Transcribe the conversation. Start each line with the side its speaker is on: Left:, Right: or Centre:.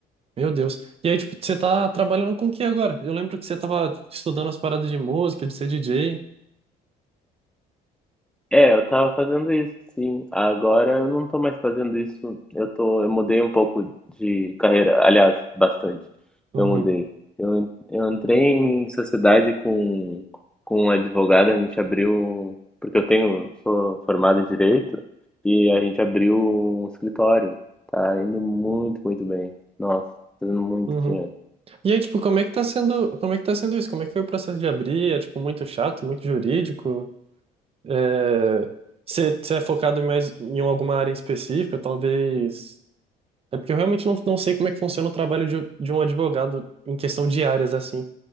Right: Meu Deus. E aí, tipo, você tá trabalhando com o que agora? Eu lembro que você tava estudando as paradas de música, de ser DJ.
Centre: É, eu tava fazendo isso, sim. Agora eu não tô mais fazendo isso. Eu tô, eu mudei um pouco de carreira, aliás, bastante.
Right: Uhum,
Centre: Eu mudei. Eu, eu entrei em sociedade com, com um advogado, a gente abriu, porque eu tenho, sou formado em direito, e a gente abriu um escritório. Tá indo muito, muito bem. Nossa, fazendo muito
Right: uhum.
Centre: dinheiro.
Right: E aí, tipo, como é que tá sendo, como é que tá sendo isso? Como é que foi o processo de abrir? É, tipo, muito chato, muito jurídico? É... Você você é focado em mais em alguma área em específica, talvez É porque eu realmente não, não sei como é que funciona o trabalho de, de um advogado em questão de áreas, assim.